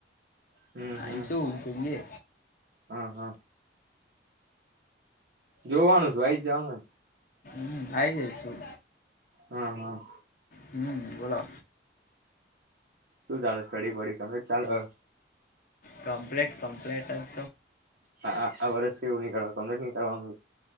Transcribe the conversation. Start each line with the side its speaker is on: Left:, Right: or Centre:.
Right: હમ
Left: આઈ
Right: હમ
Left: શું જઈએ.
Right: હા, હા. જોવાનું શું આઈ જ જાવને.
Left: હમ. આઈ જઈશું.
Right: હન, હન.
Left: હમ્મ, બોલો.
Right: શું ચાલે સ્ટડી બડી કહે ચાલે.
Left: કમપ્લેન્ટ કમપ્લેન્ટ અજ.
Right: હા. આ વર્ષ કેવું નીકળવાનું <unintelligible> નીકળવાનું?